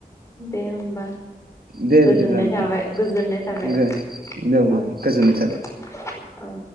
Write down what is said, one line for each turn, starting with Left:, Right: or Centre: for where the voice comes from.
Left: दे होमबा
Right: दे
Left: गोजोननाय
Right: बिदिब्ला नोंथां
Left: थाबाय गोजोननाय थाबाय
Right: औ औ
Left: औ
Right: गोजोननाय थाबाय
Left: औ